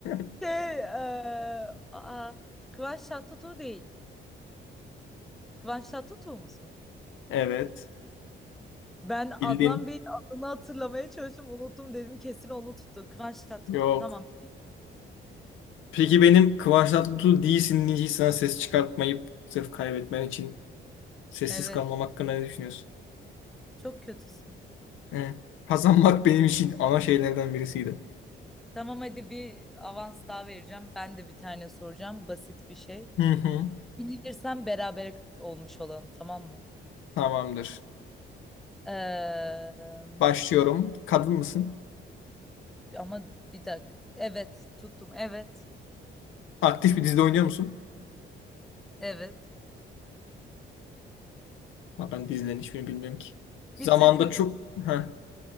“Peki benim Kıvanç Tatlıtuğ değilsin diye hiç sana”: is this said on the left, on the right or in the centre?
Left